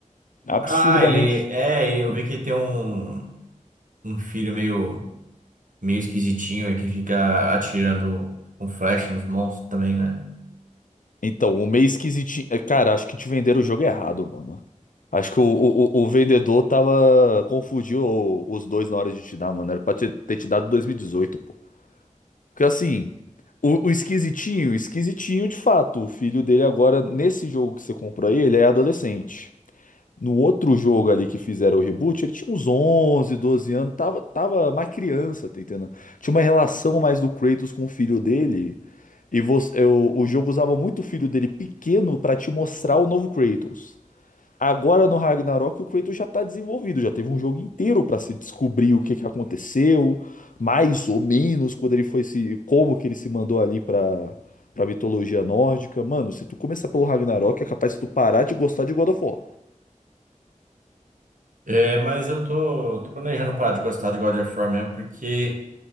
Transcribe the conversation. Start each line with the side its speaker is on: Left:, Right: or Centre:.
Left: Absurdamente.
Right: Ah, ele é, ele- eu vi que tem um um filho meio meio esquisitinho aí que fica atirando com flecha nos monstros também, né?
Left: Então, o meio esquisitinho. é, Cara, acho que te venderam o jogo errado, mano. Acho que o, o, o o vendedor tava. Confundiu o- os dois na hora de te dar, mano. Era pra te- ter te dado 2018, pô. Porque assim, o, o esquisitinho, esquisitinho de fato. O filho dele agora, nesse jogo que você comprou aí, ele é adolescente. No outro jogo ali que fizeram o reboot, ele tinha uns 11, 12 anos, tava, tava mais criança, tá entendendo? Tinha uma relação mais do Kratos com o filho dele E você, eu- o jogo usava muito o filho dele pequeno pra te mostrar o novo Kratos. Agora no Ragnarok o Kratos já tá desenvolvido, já teve um jogo inteiro pra se descobrir o que que aconteceu, mais ou menos quando ele foi se, como que ele se mandou ali pra para mitologia nórdica. Mano, se tu começar pelo Ragnarok é capaz de tu parar de gostar de God of War.
Right: É, mas eu tô, tô planejando parar de gostar de God of War mesmo, porque